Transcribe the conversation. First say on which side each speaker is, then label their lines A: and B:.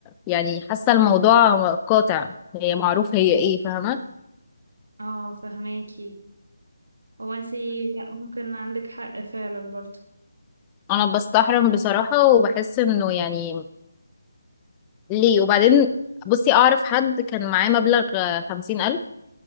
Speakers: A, on the left; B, on the right.
A: يعني حاسة الموضوع قاطع هي معروف هي ايه فاهمة
B: اه فهماكي هو انتي لا ممكن عندك حق فعلا برضه
A: انا بستحرم بصراحة وبحس انه يعني ليه وبعدين بصي اعرف حد كان معاه مبلغ خمسين الف